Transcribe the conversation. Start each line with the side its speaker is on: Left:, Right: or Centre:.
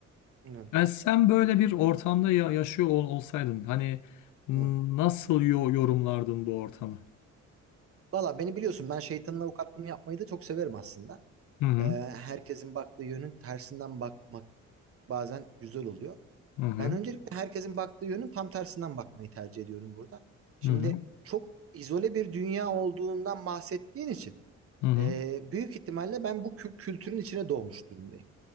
Right: Anladım.
Left: Yani sen böyle bir ortamda ya- yaşıyor ol- olsaydın hani n-
Right: Evet.
Left: nasıl yo- yorumlardın bu ortamı?
Right: Valla beni biliyorsun ben şeytanın avukatlığını yapmayı da çok severim aslında.
Left: Hı hı.
Right: Ee, herkesin baktığı yönün tersinden bakmak bazen güzel oluyor.
Left: Hı hı.
Right: Ben öncelikle herkesin baktığı yönün tam tersinden bakmayı tercih ediyorum burada. Şimdi
Left: Hı hı.
Right: çok izole bir dünya olduğundan bahsettiğin için
Left: Hı hı.
Right: e, büyük ihtimalle ben bu kü- kültürün içine doğmuş durumdayım.